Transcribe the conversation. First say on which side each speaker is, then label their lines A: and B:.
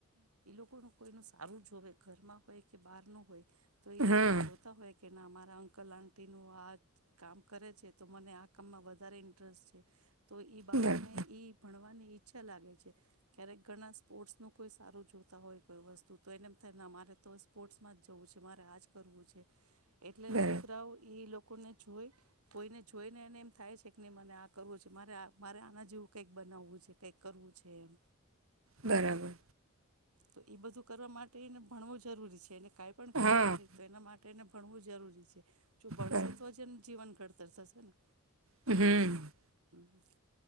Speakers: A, on the right; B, on the right.
A: એ લોકોનું. કોઈનું સારું જોવે ઘરમાં હોય કે બહાર નું હોય. તો એ લોકો
B: હા.
A: જોતા હોય કે. ના મારા અંકલ આંટીનું આ કામ કરે છે તો મને આ કામમાં વધારે ઇન્ટરેસ્ટ છે. તો એ બાળકને
B: બરાબર
A: એ ભણવાની. ઈચ્છા લાગે છે. ક્યારેક ઘણા સ્પોર્ટ્સનું કોઈ સારું જોતા હોય કોઈ વસ્તુ તો એને એમ થાય ના મારે તો સ્પોર્ટ્સમાં જ જવું છે મારે આ જ કરવું છે. એટલે
B: બરાબર
A: છોકરાઓ લોકો. લોકોને જોઈ કોઈને જોઈને એને એમ થાય છે કે નને મને આ કરવું છે મારે આ મારે આના જેવું કંઈક બનાવવું છે કંઈક કરવું છે એમ.
B: બરાબર.
A: તો એ બધું કરવા માટેને ભણવું જરૂરી છે એને. કાંઈ પણ કરવું
B: હા.
A: હોય તો એના માટે. એને ભણવું જરૂરી છે. જો બણશેત્વજન
B: બરાબર.
A: જીવન. ખડતર થશે ને.
B: હમ.
A: હમ.